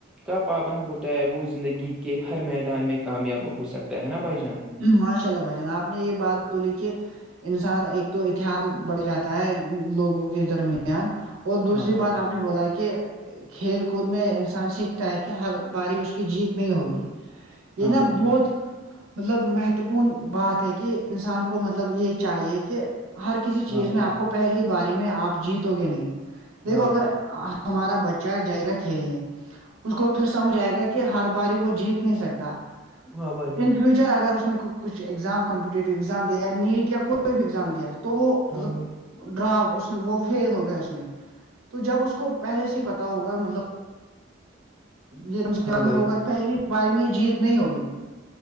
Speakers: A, in the centre; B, on the right.
A: کا پابند ہوتا ہے وہ زندگی کے ہر میدان میں کامیاب ہو سکتا ہے نا بھائی جان
B: ماشاء اللہ بھائی جان آپ نے یہ بات بولی کہ انسان ایک تو اتحاد بڑھ جاتا ہے لوگوں کے درمیان اور دوسری
A: ہاں بھائی
B: بات آپ نے بولا ہے کہ کھیل کود میں انسان سیکھتا ہے کہ ہر باری اس کی جیت نہیں ہوگی یہ
A: ہاں
B: نا
A: بھائی جان
B: بہت مطلب مہتوپورن بات ہے کہ انسان کو مطلب یہ چاہیے کہ ہر کسی
A: ہاں
B: چیز
A: بھائی
B: میں آپ
A: جان
B: کو پہلی باری میں آپ جیتو گے نہیں دیکھو
A: ہاں
B: اگر
A: بھائی جان
B: آ ہمارا بچہ جائے گا کھیلنے اس کو پھر سمجھ آئے گا کہ ہر باری وہ جیت نہیں سکتا
A: ہاں بھائی جان
B: ان فیوچر اگر اس نے کچھ ایگزام کمپٹیو ایگزام دیا یا نیٹ یا کوئی بھی ایگزام دیا تو وہ مطلب
A: ہاں بھائی
B: ڈرا اس وہ فیل ہو گیا اس میں تو جب اس کو پہلے سے ہی پتا ہوگا مطلب یہ
A: ہاں بھائی
B: ہوگا
A: جان
B: پہلی بار میں جیت نہیں ہوگی